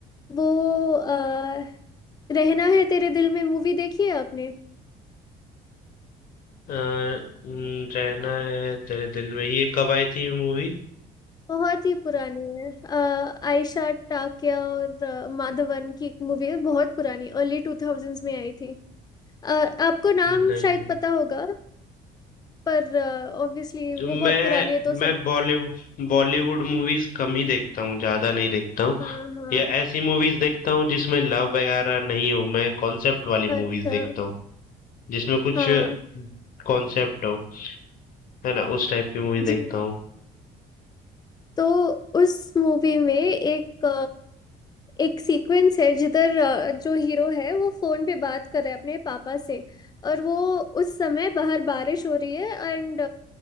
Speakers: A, on the left (about 25°); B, on the left (about 55°).
A: वो अ, रहना है तेरे दिल में मूवी देखी है आपने
B: अ, न, रहना है तेरे दिल में ये कब आई थी मूवी
A: बहुत ही पुरानी है अ, आयशा टाकिया और अ, माधवन की एक मूवी है बहुत पुरानी अर्ली टू थाउजेंड्स में आई थी अ, आपको नाम
B: नहीं
A: शायद पता होगा पर ऑब्वियसली वो
B: जो
A: बहुत
B: मैं
A: पुरानी है तो सब
B: मैं बॉलीवुड बॉलीवुड मूवीज कम ही देखता हूँ ज्यादा नहीं देखता हूँ
A: हाँ हाँ
B: या ऐसी मूवीज देखता हूँ जिसमें लव वगैरह नहीं हो मैं कॉन्सेप्ट वाली
A: अच्छा
B: मूवीज देखता हूँ जिसमें कुछ
A: हाँ
B: कॉन्सेप्ट हो है ना उस टाइप की मूवी
A: जी
B: देखता हूँ
A: तो उस मूवी में एक एक सीक्वेंस है जिधर अ, जो हीरो है वो फोन पे बात कर रहा है अपने पापा से और वो उस समय बाहर बारिश हो रही है एंड